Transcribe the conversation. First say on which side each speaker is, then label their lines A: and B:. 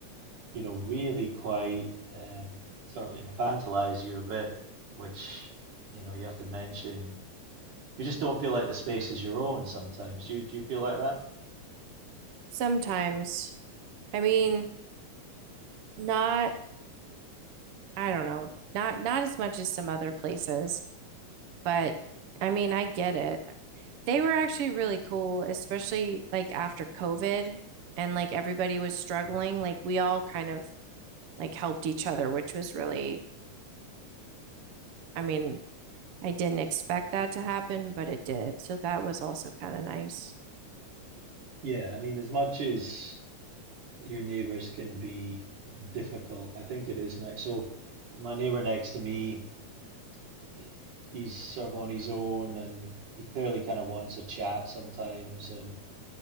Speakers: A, on the right; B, on the right.
A: you know, really quite um, sort of infantilize you a bit, which, you know, you have to mention You just don't feel like the space is your own sometimes. Do you, do you feel like that?
B: Sometimes, I mean, not, I don't know, not not as much as some other places, but I mean, I get it. They were actually really cool, especially like after COVID and like everybody was struggling. Like we all kind of like helped each other, which was really, I mean, I didn't expect that to happen, but it did. So that was also kind of nice.
A: Yeah, I mean, as much as your neighbors can be difficult, I think it is nice. So, my neighbor next to me, eh, he's sort of on his own and he clearly kind of wants a chat sometimes. And